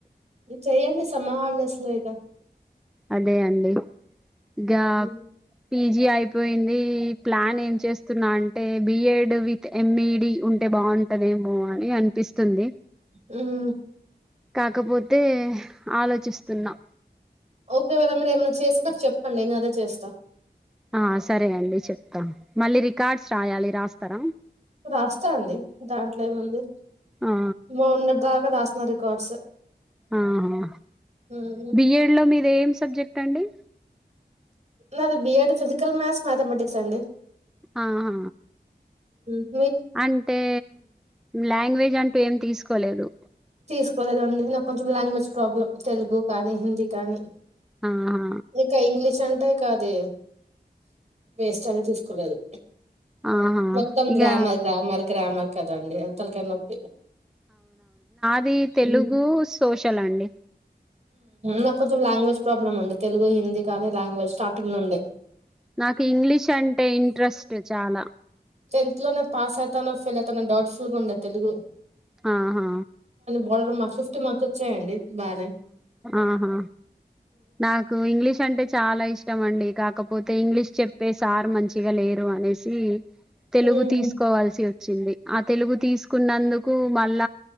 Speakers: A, on the right; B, in the centre.
A: ఇ చెయ్యడి సమాహళస్లో ఇద
B: అదే అండి గా
A: హ్మ్.
B: పీజీ అయిపోయింది ప్లాన్ ఏం చేస్తున్నా అంటే బిఎడ్ విత్ ఎంఈడి ఉంటే బాగుంటదేమో అని అ పిస్తుంది
A: హ్మ్.
B: కాకపోతే ఆలోచిస్తున్నా
A: ఒకేవేళ మీద ఏమైన్నా చేస్తే నాకు చెప్పండి నేను అదే చేస్తాను
B: ఆ సరే అండి చెప్తా మళ్ళీ రికార్డ్స్ రాయాలి రాస్తారా
A: రాస్తా అండి దాంట్లో ఏముంది
B: ఆ
A: మన్నటి దాకా రాస్తా రికార్డ్స్
B: ఆహా
A: హ్మ్.
B: బిఎడ్లో ఇదేం సబ్జెక్ట్ అండి
A: నాది బియడ్ ఫిజికల్ మా్యాథ్స్ మ్యాథమెటిక్స్ అండి
B: ఆహా
A: ఉ
B: అంటే లాంగ్వేజ్ అంటూ ఏం తీసుకోలేదు
A: తీసుకోలేదండి నాకు కొంచెం లాంగ్వేజ్ ప్రాబ్లం తెలుగు కానీ హిందీ కానీ
B: ఆహా
A: ఇకా ఇంగ్లిష అ అంటా కాదు వేస్ట్ అని తీసుకోలేదు
B: ఆహా
A: మొత్తం
B: ఇగ
A: గ్రామ గ్రామాల గ్రామర్ కదండి హళ్తలక నొప్పి
B: అది తెలుగు
A: ఉమ్
B: సోషల్ అండి
A: నాకు కొంచెం లాంగ్వేజ్ ప్రాబ్లమ్ అండి తెలుగు హిందీ కానీ లాంగ్వేజ్ స్టార్టింగ్ నుండి
B: నాకు ఇంగ్లీష్ అంటే ఇంట్రెస్ట్ చాలా
A: టెన్త్ లోనే పాస్ అవుతానో ఫెయిల్ అవుతా డౌట్ఫుల్గా ఉండదు తెలుగు
B: ఆహా
A: ఆర్డర్ మ ఫిఫ్టీన్ మంత్ వచ్చాయండి బాగానే
B: ఆహా నాకు ఇంగ్లీష్ అంటే చాలా ఇష్టం ఇష్టం అండి కాకపోతే ఇంగ్లీష్ చెప్పే సార్ మంచిగా లేరు అనేసి తెలుగు
A: ఉమ్
B: తీసుకోవాల్సి వ వచ్చింది ఆ తెలుగు తీసుకున్నందుకు మళ్ళ